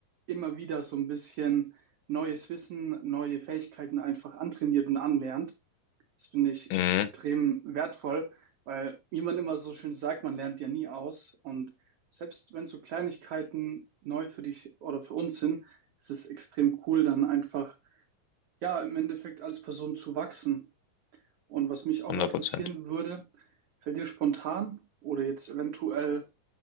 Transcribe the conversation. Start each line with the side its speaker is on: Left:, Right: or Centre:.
Right: immer wieder so ein bisschen neues Wissen, neue Fähigkeiten einfach antrainiert und anlernt. Das finde ich
Left: Mhm,
Right: extrem wertvoll, weil, wie man immer so schön sagt, man lernt ja nie aus. Und selbst wenn so Kleinigkeiten neu für dich oder für uns sind, ist es extrem cool, dann einfach, ja, im Endeffekt als Person zu wachsen. Und was mich auch
Left: 100
Right: mal interessieren
Left: Prozent.
Right: würde, fällt dir spontan oder jetzt eventuell